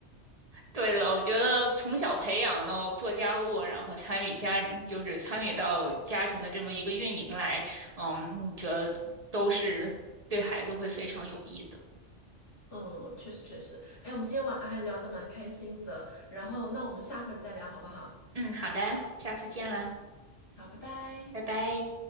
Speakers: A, on the right; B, on the left.
A: 对的，我觉得从小培养，哦做家务，然后参与家，就是参与到家庭的这么一个运营来，嗯，我觉得都是对孩子会非常有益的。
B: 嗯，确实确实。哎，我们今天晚还聊得蛮开心的，然后那我们下回再聊好不好？
A: 嗯，好的，下次见了，
B: 好，拜拜。
A: 拜拜。